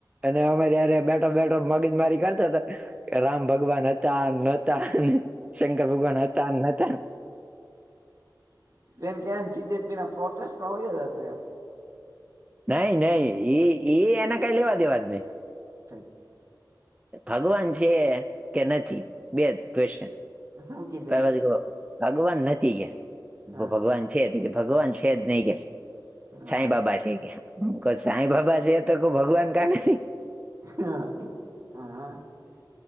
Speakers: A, on the right (about 15°); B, on the right (about 45°).
A: અને અમે જ્યારે બેઠા બેઠા મગજ મારી કરતા તા રામ ભગવાન હતા ને નોતા, શંકર ભગવાન હતા ને નોતા.
B: એમ કે જીજેપી ના પ્રોટેસ્ટમાં હો ગિયા કે એમ
A: નઈ નઈ એ એના કઈ લેવા દેવા જ નય.
B: થઈ.
A: ભગવાન છે કે નથી બે જ ક્વેશન?
B: હા.
A: પણ જો ભગવાન નથી કે
B: હા
A: ભગવાન છે કે ભગવાન છે જ નય કે.
B: હા
A: સાંઈબાબા છે કે તો સાંઈબાબા છે તો કો ભગવાન કાથી
B: હા. હા